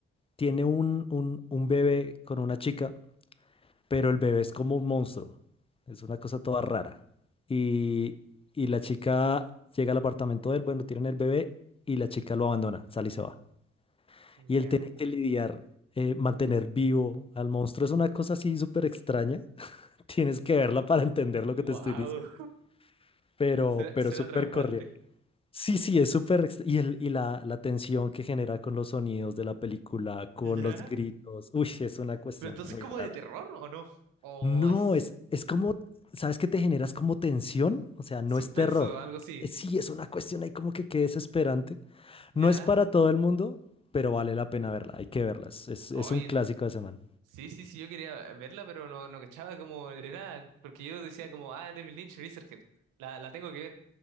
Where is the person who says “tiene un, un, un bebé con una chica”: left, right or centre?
Left